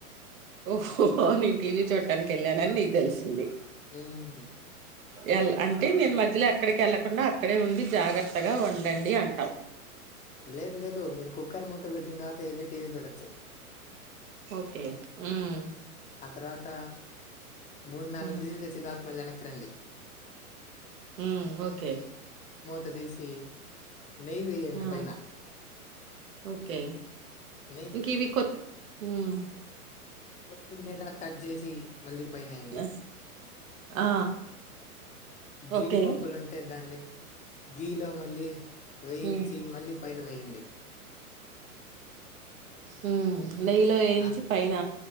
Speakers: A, on the right; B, on the left.
A: ఓహో నేన్ టీవీ చూడటానికి వెళ్ళానని నీకు తెలిసింది.
B: ఉమ్
A: ఏల్ అంటే
B: తర్వాత
A: నేను మధ్యలో ఎక్. ఎక్కడికి వెళ్లకుండా అక్కడే ఉండి, జాగ్రత్తగా వండండి అంటావ్.
B: లేదు లేదు మీరు కుక్కర్ మూత పెట్టిన తర్వాత, వెళ్ళి టీవీ చూడచ్చు.
A: ఓకే ఉమ్మ్.
B: ఆ తర్వాత మూడు, నాలుగ్
A: ఉమ్
B: విజిల్ తెచ్చింద్ తర్వాత్. మల్ల ఏనక్కి రండి.
A: హుమ్మ్ ఓకే.
B: పడేసి. నెయ్యి వేయండి
A: ఆ
B: పైన.
A: ఓకే
B: నెయ్యి
A: ఇంకా ఇవి కొత్ ఉమ్.
B: కొత్తిమీర కట్ చేసి మళ్ళీ పైన ఎయ్యండి.
A: ఆ ఆ
B: జీడిపప్పులు
A: ఓకే
B: ఉంటే దాన్ని. గీ లో మళ్ళీ. వేయించి,
A: ఉమ్
B: మళ్ళీ పైన వేయండి.
A: హుమ్మ్. నెయ్యిలో వేయించి
B: ఆ
A: పైన.